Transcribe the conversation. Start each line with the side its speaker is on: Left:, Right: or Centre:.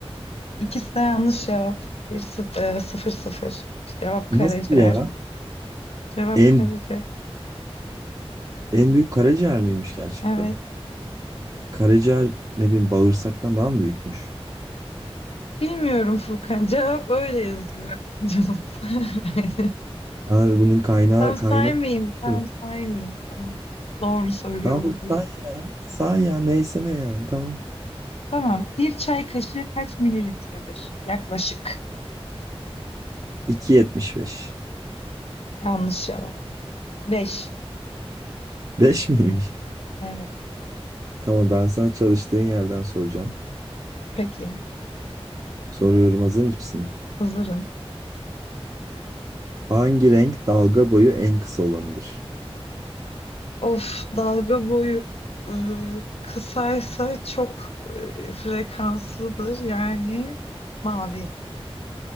Left: İkisi de yanlış cevap. Bir sı- e, sıfır sıfır. Cevap
Right: Nasıl
Left: karaciğer.
Right: ya?
Left: Cevap
Right: En
Left: Karaca.
Right: en büyük karaciğer miymiş gerçekten?
Left: Evet.
Right: Karaciğer ne bileyim bağırsaktan daha mı büyükmüş?
Left: Bilmiyorum Furkan. Cevap öyle yazıyor. <laughs> Canım. <laughs> Yani.
Right: Yani bunun kaynağı
Left: Tam
Right: kaynağı.
Left: saymayayım. Tamam
Right: Hı.
Left: saymayayım. Tamam. Doğru söylüyor
Right: Tamam
Left: olabilir.
Right: say ya. Say ya neyse ne yani tamam.
Left: Tamam. Bir çay kaşığı kaç mililitredir? Yaklaşık.
Right: iki yetmiş beş
Left: Yanlış cevap. Beş.
Right: beş <laughs> miymiş?
Left: Evet.
Right: Tamam ben sana çalıştığın yerden soracağım.
Left: Peki.
Right: Soruyorum hazır mısın?
Left: Hazırım.
Right: Hangi renk dalga boyu en kısa olanıdır?
Left: Of dalga boyu ıı, kısaysa çok ıı, frekanslıdır. Yani mavi.